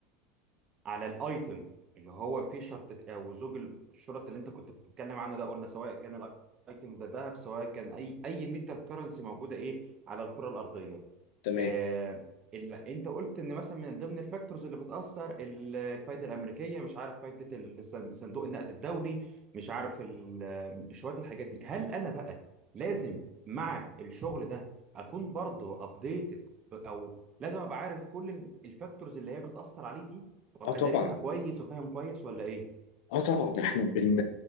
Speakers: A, on the right; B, on the left.
A: على الايتم اللي هو فيه شرطة او زوج الشرط اللي انت كنت بتتكلم عنه ده قلنا سواء كان الايتم ده ذهب سواء كان اي اي ميتال كرنسي موجودة ايه على الكرة الارضية
B: تمام
A: آه اللي انت قلت ان مثلا من ضمن الفاكتورز اللي بتأثر ال- الفايدة الامريكية مش عارف فايدة الصن- صندوق النقد الدولي مش عارف ال- شوية الحاجات دي هل انا بقى لازم مع الشغل ده اكون برضه ابديتد او لازم ابقى عارف كل الفاكتورز اللي هي بتأثر عليه دي وابقى
B: اه طبعا
A: دارسها كويس وفاهم كويس ولا ايه
B: اه طبعا احنا بن